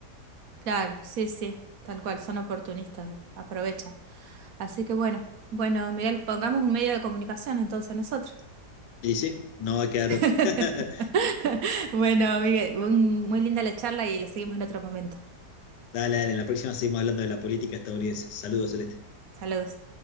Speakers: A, on the right; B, on the left.
A: Claro, sí, sí, tal cual, son oportunistas, eh, aprovechan. Así que bueno, bueno, Miguel, pongamos un medio de comunicación entonces nosotros.
B: Y sí, no va a quedar
A: <laughs>
B: otra. <laughs>
A: Bueno, Miguel, un- muy linda la charla y la seguimos en otro momento.
B: Dale, dale, en la próxima seguimos hablando de la política estadounidense. Saludos, Celeste.
A: Saludos.